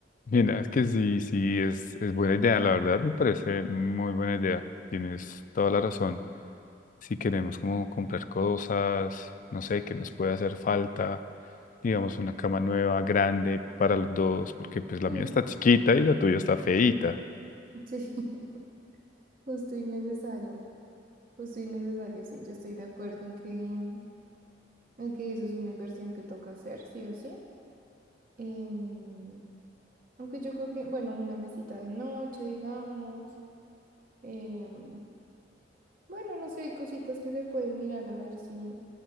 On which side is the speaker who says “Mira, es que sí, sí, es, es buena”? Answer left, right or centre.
Left